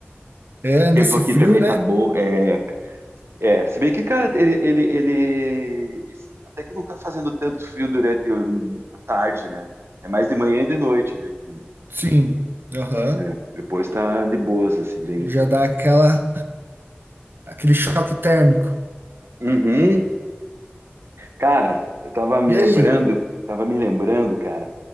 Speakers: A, on the right; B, on the right.
A: É, nesse
B: tempo aqui
A: frio,
B: também
A: né?
B: tá bom. É, é. Se bem que, cara, ele, ele, ele até que não tá fazendo tanto frio durante o- a tarde, né? É mais de manhã e de noite, né? que,
A: Sim. Aham.
B: né, Depois tá de boas, assim, bem.
A: Já dá aquela aquele choque térmico.
B: Uhum. Cara, eu tava me
A: E
B: lembrando,
A: aí?
B: tava me lembrando, cara,